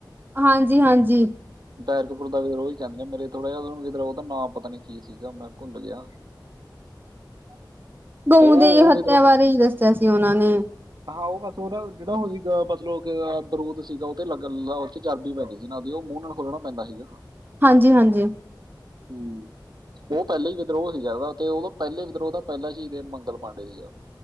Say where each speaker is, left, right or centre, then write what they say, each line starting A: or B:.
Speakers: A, on the right; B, on the right.
A: ਹਾਂਜੀ-ਹਾਂਜੀ।
B: ਦੈਰਕਪੁਰ ਦਾ ਵਿਧਰੋਹੀ ਕਹਿੰਦੇ ਨੇ, ਮੇਰੇ ਥੋੜ੍ਹਾ ਜਿਹਾ ਉਹ ਵੀ ਉਹਦਾ ਨਾਂ ਪਤਾ ਨ ਕੀ ਸੀਗਾ, ਮੈਂ ਭੁੱਲ ਗਿਆ। <inaudible>
A: ਗਊ
B: ਉਹ
A: ਦੇ
B: ਉਹ
A: ਹੱਤਿਆ
B: ਵਿਦਰੋਹ
A: ਬਾਰੇ ਹੀ ਦੱਸਿਆ ਸੀ ਉਹਨਾਂ ਨੇ।
B: ਹਾਂ, ਉਹ ਬਸ ਉਹਦਾ ਜਿਹੜਾ ਉਹ ਸੀਗਾ ਮਤਲਬ ਕਿ ਬਰੂਦ ਸੀਗਾ, ਉਹ ਤੇ ਲੱਗਣਦਾ ਉਹ 'ਚ ਚਰਬੀ ਪੈਂਦੀ ਜਿਨਾ ਦੀ, ਉਹ ਮੂੰਹ ਨਾਲ ਖੁਲਣਾ ਪੈਂਦਾ ਸੀਗਾ।
A: ਹਾਂਜੀ-ਹਾਂਜੀ।
B: ਹਮ। ਉਹ ਪਹਿਲੇ ਹੀ ਵਿਦਰੋਹ ਸੀਗਾ, ਇਹਦਾ ਤੇ ਉਹਦੋਂ ਪਹਿਲੇ ਵਿਦਰੋਹ ਦਾ ਪਹਿਲਾ ਹੀ ਮੰਗਲ ਪਾਂਡੇ ਸੀਗਾ।